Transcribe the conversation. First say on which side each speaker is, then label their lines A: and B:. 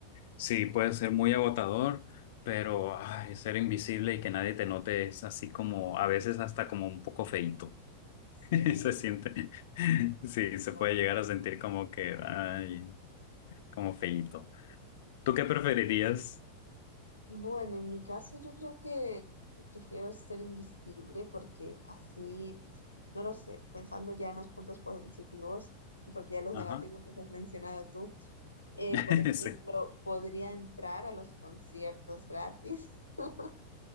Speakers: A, on the left; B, on the left.
A: sí, puede ser muy agotador, pero ay, ser invisible y que nadie te note es así como, a veces hasta como un poco feíto.
B: Sí,
A: <laughs> Se siente, sí, se
B: bueno.
A: puede llegar a sentir como que, ay, como feíto. ¿Tú qué preferirías?
B: Bueno, en mi caso yo creo que prefiero ser invisible porque así, no lo sé, pensando ya en los puntos positivos, porque ya los
A: Ajá,
B: negativos los has mencionado tú, eh,
A: <laughs>
B: por ejemplo,
A: sí.
B: podría entrar a los conciertos gratis. <laughs>